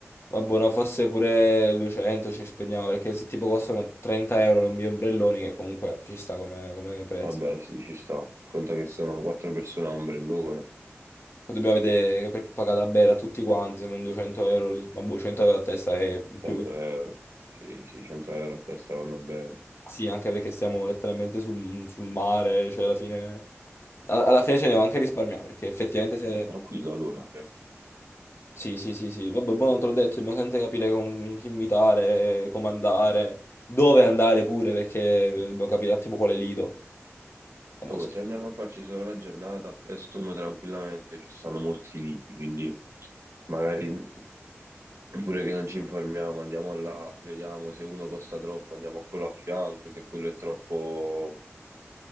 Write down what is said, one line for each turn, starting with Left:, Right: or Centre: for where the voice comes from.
Left: Vabbè, no, forse pure 200 ci spendiamo, perché se tipo costano 30 euro i miei ombrelloni, che comunque ci sta come, come prezzo.
Right: Vabbè, sì, ci sta. Conta che sono 4 persone a ombrellone,
Left: Poi dobbiamo vedere, perché paga da bere a tutti quanti, se non 200 euro, lì, ma boh, 100 euro a testa è in più
Right: 100 euro. Sì, sì, 100 euro a testa vanno bene.
Left: Sì, anche perché stiamo letteralmente sul, sul mare, cioè alla fine, a- alla fine ce ne va anche a risparmiare, perché effettivamente se...
Right: Vabbè, tranquillo allora.
Left: Sì, sì, sì, sì, vabbè, buono, te l'ho detto, dobbiamo sempre capire con chi invitare, come andare, dove andare pure, perché dobbiamo capire tipo quale lido. Ah, boh,
Right: Ah, boh,
Left: sì.
Right: se andiamo a farci solo la giornata a Paestum tranquillamente ci stanno molti lidi, quindi magari Oppure che non ci informiamo, andiamo là, vediamo se uno costa troppo, andiamo a quello a fianco, se quello è troppo,